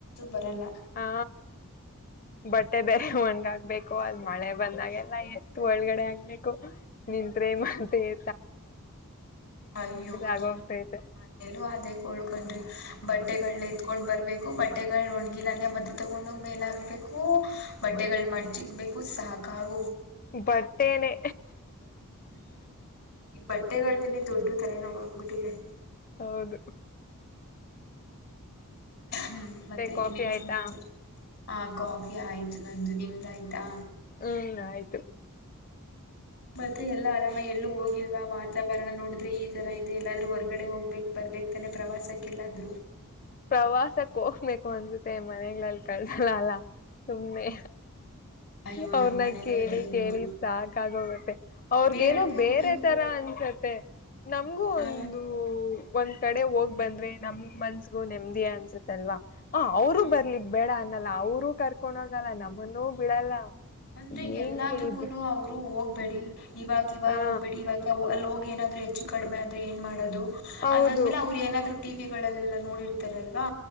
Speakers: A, on the left (about 75°); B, on the left (about 40°).
A: ಬರಲ್ಲ
B: ಹಾ
A: ಹ್ಮ್
B: ಬಟ್ಟೆ ಬೇರೆ ಹಣ ಆಬೇಕು ಅದ್ ಮಳೆ ಬಂದಾಗೆಲ್ಲ ಎತ್ತು ಒಳಗಡೆ ಆಗ್ಬೇಕು ನಿಂತ್ೇ ಮಾೆ ಇ
A: ಅಯ್ಯೋ
B: ಆಗೋಗ್ತೈತೆ
A: ನಮ್ಮ ಮನೇಲ್ಲೂ ಅದೇ ಕಳ್ಕೊಂಡ್ರಿ ಬಟ್ ಡೆ ಕಲು ತಗೊಂಡ್ ಬರ್ಬೇಕು ಬಟ್ಟೆಗಳು ಒಣ್ಗಿಲಂದ ಮದ್ದೆ ತಗೊಂಡೋಗ್ ಮೇಲ ಹಾಕ್ಬೇಕು ಬಟ್ಟೆಗಳು ಮಜಜಿಗ್ಬೇಕು ಸಾಕಾಗ
B: ಬರ್ತೇನೆ
A: ಹ್ಮ್ ಈ ಬಟ್ಟೆಗಳ್ದಿನೇ ದೊಡ್ಡ ತಲೆ ನಾವ್ ಆಗ್ಬಿಟ್ಟಿದೆ
B: ಹೌದು
A: ಹ್ಮ್ ಮತ್ತೆ
B: ಕಾಫಿ
A: ಇನ್ನೇನ್
B: ಆಯ್ತಾ
A: ಸಮಾಚಾರ ಹ ಕಾಫಿ ಆಯ್ತು ನಂದು ನಿಮ್ದ ಆಾಯ್ತಾ
B: ಹ್ಮ್ ಆಯ್ತು
A: ಮತ್ತೆ ಎಲ್ಲ ಆರಾಮ ಎಲ್ಲೂ ಹೋಗಿಲ್ವಾ ವಾತಾವರಣ ನೋಡಿದ್ರೆ ಈ ತರ ಇದೆ ಎಲ್ಲಾದ್ರೂ ಹೊರ್ಗಡೆ ಹೋಗ್ಬೇ ಬರ್ಬೇಕ್ತಾನೆ ಪ್ರವಾಸಕ್ಕೆಲ್ಲಾದ್ರೂ.
B: ಪ್ರವಾಸಕ್ ಹೋಗಬೇಕು ಅನ್ಸತೆ ಮನೆಗ್ಲ್ಲಿ ಕಳ್ಸಲ ಅಲ್ಲ ಸುಮ್ನೆ
A: ಅಯ್ಯೋ
B: ಅವ್ರನ್ನ
A: ನಮ್ ಮನೇಲೂ
B: ಕೇಳಿ
A: ಅದೇ
B: ಕೇಳಿ
A: ಗೋಳು
B: ಸಾಕಾಗೋಗುತ್ತೆ ಅವ್ರಗೇನೋ
A: ಬೇಡ್ಕೊಬೇಕು
B: ಬೇರೆ ತರ ಅನ್ಸತ್ತೆ ನಮ್ಗೂ ಒಂದು
A: ಆ,
B: ಒಂದ್ ಕಡೆ ಹೋಗ್ ಬಂದ್ರೆ ನಮ್ ಮನ್ಸ ೂ ನೆಮ್ಮದಿೇ ಅನ್ಸುತ್ತಲ್ವಾ ಹ ಅವರುೂ
A: ಹ್ಮ್
B: ಬರ್ಲಿ ಬೇಡ ಅ ಲ್ಲ ಅವರುೂ ಕರ್ಕೊಂಡ ಹೋಗಲ್ಲ ನಮ್ಮನ್ನೂ ಬಿಡಲ್ಲ
A: ಅಂದೆ
B: ಹೆಂಗೆ
A: ಎಲ್ಲದಕ್ಕೂನು
B: ಇದು
A: ಅವರು ಹೋಗ ಬಡಿ ಇವಾಗ್ ಇವಾಗ್
B: ಹಾ
A: ಹೋಗ್ಬೇಡಿ ಇವಾಗ ಅಲ್ಲೋ ಏನಾದ್ರು ಹೆಚ್ಚು ಕಡಿಮೆ ಆದ್ರೆ ಏನ್ ಮಾಡೋದು.
B: ಹೌದು
A: ಅದಾದ್ಮೇಲೆ ಅವರು ಏನಾದ್ರು ಟಿವಿಗಳಲ್ಲೆಲ್ಲಾ ನೋಡಿರ್ತಾರಲ್ವಾ